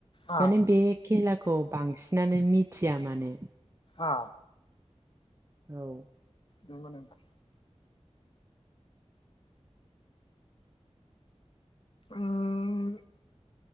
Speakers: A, on the left (about 50°); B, on the right (about 25°).
A: आ
B: माने बे खेलाखौ बांसिनानो मिथिया माने
A: अ
B: औ।
A: नंगौ नोंथां। उम।